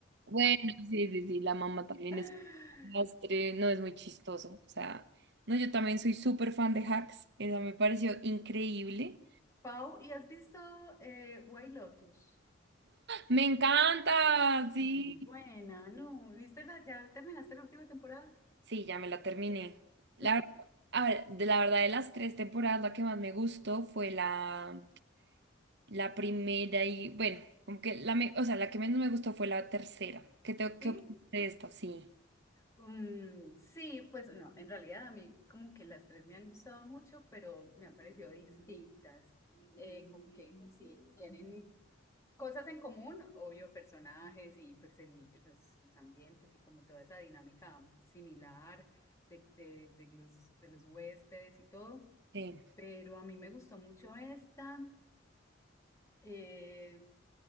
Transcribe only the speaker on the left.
<laughs>
Pau, ¿y has visto eh, White Lotus?
Es muy buena, ¿no? ¿Viste la, ya terminaste la última temporada?
<laughs>
Mm.
¿Sí?
Mm, sí, pues no, en realidad a mí como que las tres me han gustado mucho, pero me han parecido distintas. Eh, como que sí, tienen cosas en común, obvio, personajes y pues el- los, los ambientes y como toda esa dinámica similar de, de, de los, de los huéspedes y todo,
pero a mí me gustó mucho esta. Eh,